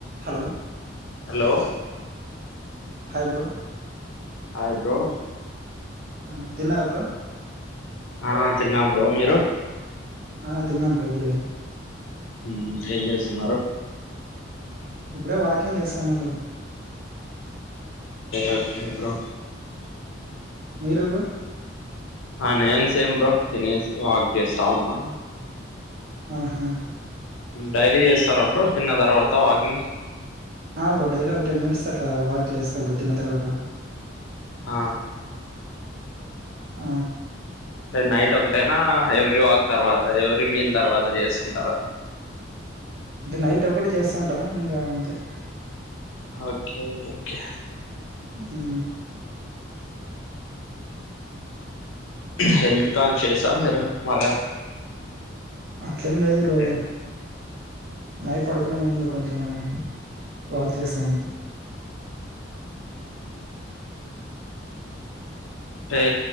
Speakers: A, on the right; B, on the left.
A: Hello
B: hello
A: hi bro
B: hi bro
A: ఆ తిన్నారా bro
B: ఆ తిన్నా బ్రో మీరు
A: ఆ తిన్నాం బ్రో ఇప్పుడే
B: ఏం చేస్తున్నారు
A: ఇప్పుడే వాకింగ్ చేస్తాన్నా బ్రో
B: ఓకే బ్రో
A: మీరెవరు
B: ఆ నేను సేమ్ బ్రో తినేసి వాక్ చేస్తా ఉన్నా
A: హా
B: డైలీ చేస్తారు అప్పుడు తిన్న తర్వాత వాకింగ్
A: ఆ బ్రో డైలీ అ టెన్ మినిట్స్ అట్లా వాక్ చేస్తార తిన్న తర్వాత
B: ఆ
A: ఆ
B: టే నైట్ ఒకటేనా ఎవ్రీ వాక్ తర్వాత ఎవరి మీల్ తర్వాత చేస్తుంటారా
A: అంటే నైట్ ఒకటి చేస్తా ఉంటాం ఇంకా అంతే
B: ఓకే ఓకే
A: ఉహు
B: హెల్త్ కాన్షియస్ మీరు బాగా
A: అట్లేం లేదు రో
B: లేదా
A: నైట్ పడుకునే ముందు ఉంది కొంచెం ఆ వాక్ చేస్తా ఉంట
B: ఏ